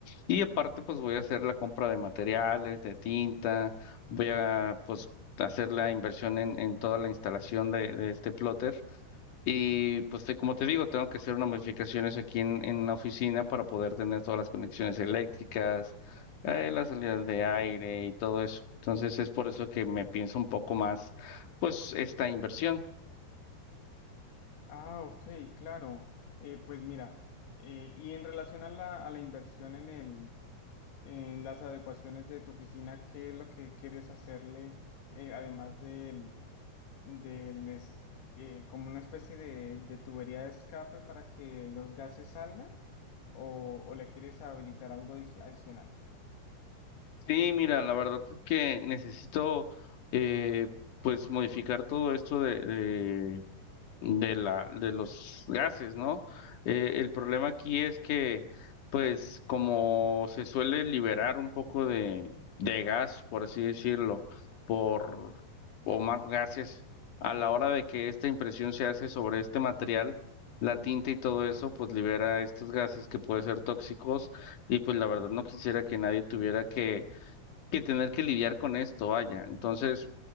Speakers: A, on the left; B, on the left.
A: y aparte pues voy a hacer la compra de materiales, de tinta, voy a pues hacer la inversión en, en toda la instalación de, de este plotter y pues te- como te digo, tengo que hacer unas modificaciones aquí en, en la oficina para poder tener todas las conexiones eléctricas, eh, las salidas de aire y todo eso. Entonces es por eso que me pienso un poco más, pues, esta inversión.
B: Ah, ok, claro. Eh, pues mira, eh, y en relación a la, a la inversión en el, en las adecuaciones de tu oficina, ¿qué es lo que quieres hacerle, eh, además del del es- eh, como una especie de, de tubería de escape para que los gases salgan o, o le quieres habilitar algo adici- adicional?
A: Sí, mira, la verdad es que necesito, eh, pues, modificar todo esto de de la, de los gases, ¿no? Eh, el problema aquí es que, pues, como se suele liberar un poco de, de gas, por así decirlo, por, o más gases, a la hora de que esta impresión se hace sobre este material, la tinta y todo eso, pues libera estos gases que pueden ser tóxicos y pues la verdad no quisiera que nadie tuviera que, que tener que lidiar con esto, vaya. Entonces,